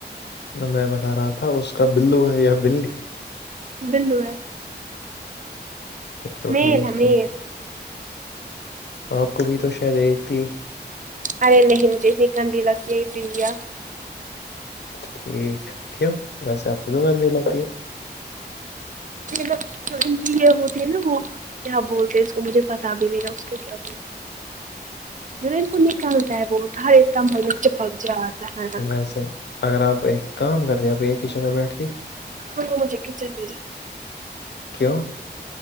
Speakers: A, on the left (about 70°); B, on the right (about 45°).
A: میں بتا رہا تھا اس کا بلو ہے یا بلی ہی
B: بلو ہے
A: اچ تو
B: میل
A: ٹھیک
B: میل
A: ہے آپ کو بھی تو شاید ایک تھی
B: ارے نہیں مجے ن کنند لگتی دیا
A: ٹھیک کیوں ویسے آپ کو کیوں گندی لگتی ہے
B: نا جوی یہ ہوتی ہے نا وہ کیا بولتے ہیں اس کو مجھے پتا بھی نہیں رہا اس کو کیا جو ان کو نکلتا ہے وہ ہر ایک کا مل چ پگ جا آا ہے
A: اچھا اگر آپ ایک کام کرتے آپ ایک ہی جگہ بیٹھتی
B: ہاں مجھے کچن بھی جان
A: کیوں